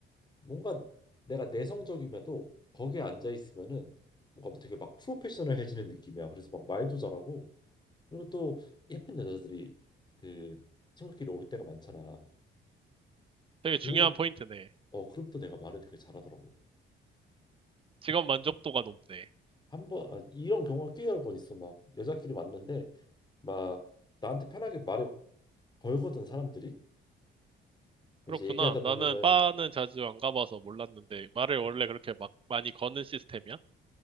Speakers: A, on the left; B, on the right.
A: 뭔가 내가 내성적임에도 거기에 앉아 있으면은 뭔가 되게 막 프로페셔널해지는 느낌이야. 그래서 막 말도 잘하고 그리고 또 예쁜 여자들이 그 친구끼리 올 때가 많잖아.
B: 되게
A: 그
B: 중요한 포인트네.
A: 어 그럼 또 내가 말을 되게 잘하더라고.
B: 직업 만족도가 높네.
A: 한 번, 아, 이런 경우가 꽤 여러 번 있어. 막 여자끼리 만났는데 막 나한테 편하게 말을 걸거든 사람들이. 이제
B: 그렇구나.
A: 얘기하다 보면은
B: 나는 바는 자주 안 가봐서 몰랐는데 말을 원래
A: 음,
B: 그렇게 막 많이 거는 시스템이야?